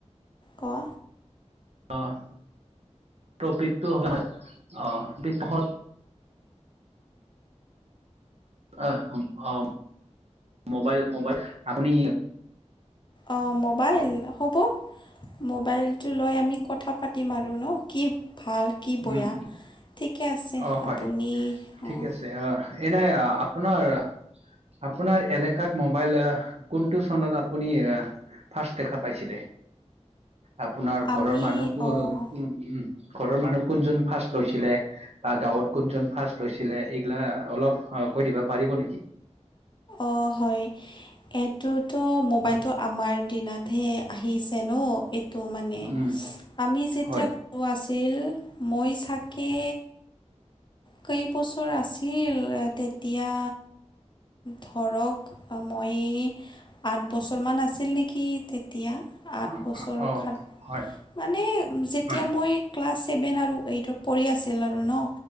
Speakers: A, on the left (about 40°); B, on the right (about 60°).
A: কোৱা।
B: অহ'। টপিকটো <unintelligible> আহ', অ', মোবাইল মোবাইল আপুনি
A: অ', মোবাইল হ'ব। মোবাইলটো লৈ আমি কথা পাতিম আৰু ন' কি ভাল কি বৰা,
B: উম
A: ঠিকে আছে,
B: অ হয়
A: আপুনি
B: ঠিক
A: অ'।
B: আছে এনে আপোনাৰ আপোনাৰ এলেকাত মোবাইল কোনটো চনত আপুনি এ আ ফাৰ্ষ্ট দেখা পাইছিলে? আপোনাৰ ঘৰৰ
A: আমি
B: মানুহ কো-কু-উম',
A: অঁ
B: ঘৰৰ মানুহ কোনজন ফাৰ্ষ্ট লৈছিলে, বা গাঁৱত কোনজন ফাৰ্ষ্ট লৈছিলে, এইগিলা অলপ কৈ দিবা পাৰিবো নেকি?
A: অ', হয়। এইটোতো মোবাইলটো আমাৰ দিনাতহে আহিছে ন'। এইটো মানে
B: উম
A: আমি যেতিয়া
B: হয়
A: সৰু আছিল। মই চাকে কেইবছৰ আছিল তেতিয়া ধৰক মই আঠ বছৰমান আছিল নেকি তেতিয়া আঠ
B: অ
A: বছৰৰ
B: অ, অ,
A: সাত
B: হয়
A: মানে যেতিয়া
B: হয়
A: মই ক্লাছ ছেভেন আৰু এইটত পঢ়ি আছিলে আৰু ন